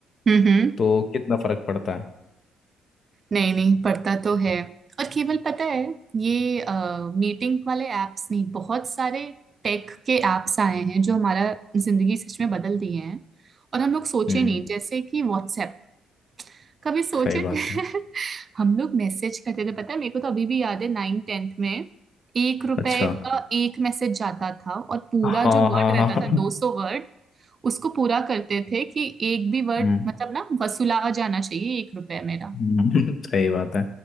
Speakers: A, on the right; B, on the left.
A: हम्म हम्म
B: तो कितना फर्क पड़ता है
A: नहीं नहीं पढ़ता तो है और केवल पता है ये मीटिंग वाले एप्स नहीं बहुत सारे टेक के एप्स आए हैं जो हमारा जिंदगी सच में बदल दिए हैं और हम लोग सोचे
B: हम्म
A: नहीं जैसे कि व्हाट्सएप कभी सोचे
B: सही बात
A: थे?
B: है
A: <laughs> हम लोग मैसेज करते थे पता है मेरे को तो अभी भी याद है नाइन टेंथ में एक रुपए
B: अच्छा
A: का एक मैसेज जाता था और पूरा
B: हाँ
A: जो
B: हाँ
A: वर्ड रहता
B: हाँ
A: था दो
B: <laughs>
A: सौ वर्ड उसको पूरा करते थे कि एक भी वर्ड
B: हम्म
A: मतलब ना वसूला जाना चाहिए एक रुपए मेरा
B: हम्म। <laughs> सही बात है